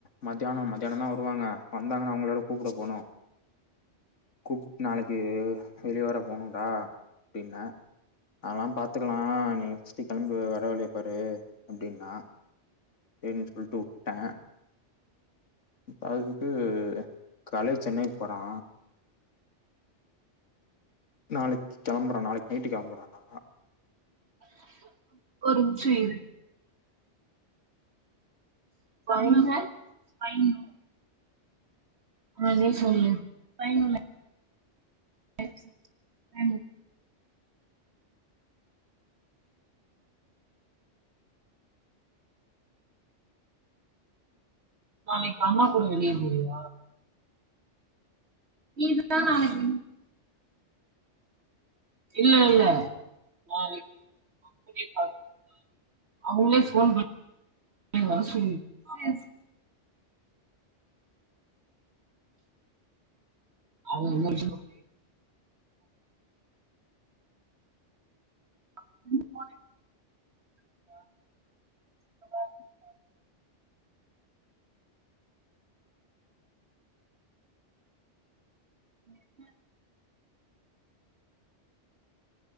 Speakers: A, on the left (about 85°); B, on the right (about 65°).
A: மத்தியானம் மத்தியானந்தா வருவாங்க வந்தாங்கன்னா அவுங்கள வேற கூப்புட போணு கூப் நாளைக்கு வெளிய வேற போணுன்டா அப்டின்ன அதெலா பாத்துக்கலா நீ த்திக் கெளம்பி வர வழிய பாரு அப்டின்னா செரினு சொல்ட்டு வுட்டே இப்ப அதுக்கு கலை சென்னைக் போறா நாளைக் கெளம்புறா நாளைக் நைட்டு கெளம்புறானா
B: ஒரு நிம்ஷோ இரு <unintelligible> ஆ நீ சொல்லு ஃபைனலு வெப்சைட் <unintelligible> நாளைக் அம்மா கூட வெளிய போவியா நீ இதுதா நாளைக்கு இல்ல இல்ல நாளைக் வீடியோ கால் <unintelligible> அவுங்களே ஃபோன் பண்ணி வர சொல்லிருக்காங்க அவுங்க <unintelligible> <unintelligible> உம்